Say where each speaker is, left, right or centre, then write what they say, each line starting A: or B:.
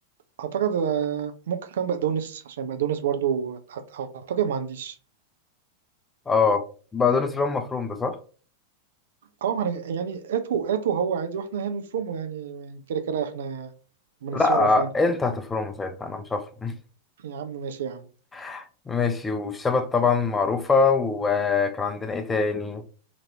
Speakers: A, on the right; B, on the left.
A: أعتقد آه ممكن كمان بقدونس عشان بقدونس برضو أعت- أعتقد ما عنديش
B: اه بقدونس اللي هو مفروم ده صح
A: اه ما أنا- يعني هاتوا هاتوا هو عادي واحنا هنفرمه يعني كده كده احنا بنتصرف
B: لا آه،
A: يعني
B: انت هتفرمه ساعتها انا مش هفرم
A: يا عم ماشي يا عم
B: <laughs> ماشي والشبت طبعا معروفه وكان عندنا ايه تاني